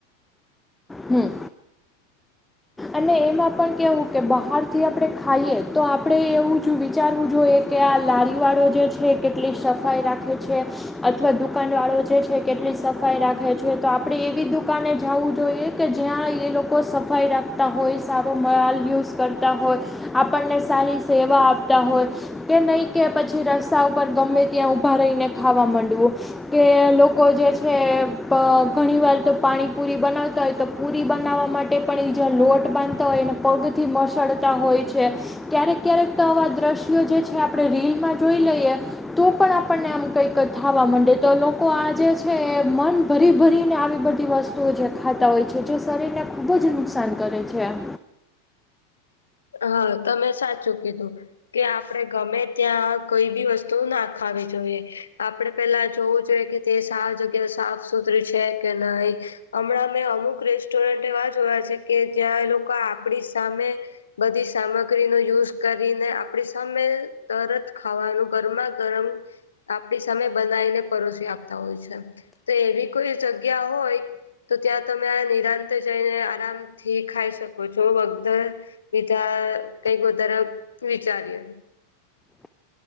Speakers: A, in the centre; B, on the left.
A: હમ. અને એમાં પણ કેવું કે બહારથી આપણે ખાઈએ તો આપણે એવુંજ વિચારવું જોઈએ. કે આ લારી વાળો જે છે કેટલી સફાઈ રાખે છે અથવા દુકાન વાળો જે છે કેટલી સફ સફાઈ રાખે છે. તો આપડે એવી દુકાને જવું જોઈએ કે જ્યાં એ લોકો સફાઈ રા ખતા હોય સારો માલ યુઝ કરતા હોય આપણને સારી સેવા આપતા હોય કે નઈ કે પછી રસ્તા ઉપર ગમે ત્યાં ઊભા રહીને ખાવા મંડવું કે લોકો જે છે પ ઘણી વાર તો પાણીપુરી બનાવતા હોય તો પૂરી બનાવા માટે પણ ઇ જ્યાં લોટ બાંધતા હોયને પગથી મસળતા હોય છે ક્યારેક ક્યારેક ત આવા દ્રશ્યો જે છે આપડે રીલમાં જોઈ લઈએ તો પણ આપણને આમ કઈક થાવા માંડે તો લોકો આ જે છે એ મન ભરી ભરીને આવી બધી ઇ વસ્તુઓ જે ખાતા હોય છે જો શરીરને ખૂબ જ નુકસાન કરે છે એમ.
B: હા તમે સાચું કીધું. કે આપડે ગમે ત્યાં કોઈ બી વસ્તુ ના ખાવી જોઈએ આપડે પેલા જોવું જોઈએ કે તે સા જગ્યા સાફ સુતરી છે કે નઇ. અમણાં મેં અમુક રેસ્ટોરન્ટ એવા જોયા છે કે જ્યાં એ લોકો આપડી સામે બધી સામગ્રીનો યુઝ કરીને આપડી સામે તરત ખાવાનું ગરમા ગરમ આપડી સામે બનાવીને પરોશી આપતા હોય છે તો એવી કોઈ જગ્યા હોય તો ત્યાં તમે નિરાંતે જઈને આરામથી ખાઈ શકો છો વગદર પીધા કઈક વધારે વિચારીએ.